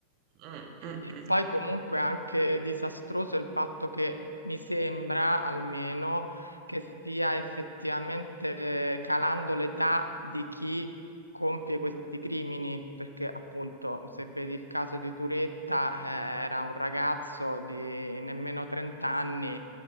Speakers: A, on the right; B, on the left.
A: Mm, mm,
B: E
A: mm.
B: poi comunque anche disastroso il fatto che mi sembra almeno che stia effettivamente calando l'età di chi compie questi crimini, perché appunto se vedi il caso di Turetta, eh, era un ragazzo di nemmeno 30 anni